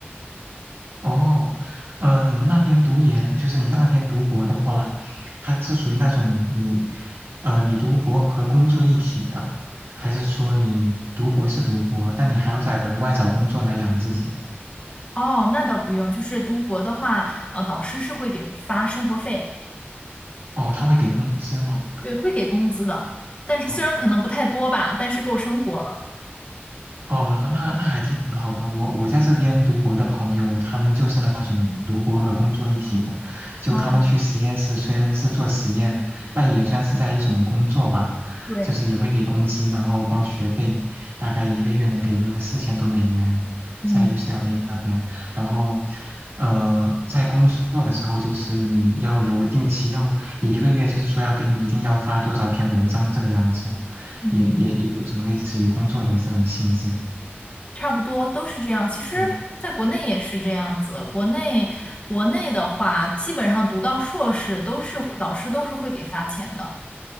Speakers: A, on the right (about 70°); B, on the left (about 30°).
A: 哦，呃，你们那边读研，就是你在那边读博的话，它是属于那种你，呃，你读博和工作一体的，还是说你读博是读博，但你还要再额外找工作来养自己？
B: 哦，那倒不用，就是读博的话，呃，导师是会给发生活费，
A: 哦，他会给工资吗？
B: 对，会给工资的，但是虽然可能不太多吧，
A: 哦，
B: 但是够生活了。
A: 哦，那那还挺好的。我我在这边读博的朋友，他们就是那种读博和工作一体的，就他们去实验室虽然是做实验，
B: 哦，
A: 但也算是在一种工作吧，
B: 对，
A: 就是也会给工资，然后包学费，大概一个月能给个四千多美元，
B: 嗯
A: 在 UCLA 那边。然后，呃，在工作的时候，就是你要有定期要一个月，就是说要给你一定要发多少篇文章这个样子，
B: 嗯。
A: 也也也有种类似于工作的这种性质。
B: 差不多都是这样。其实，
A: 对
B: 在国内也是这样子。国内国内的话，基本上读到硕士都是导师都是会给发钱的，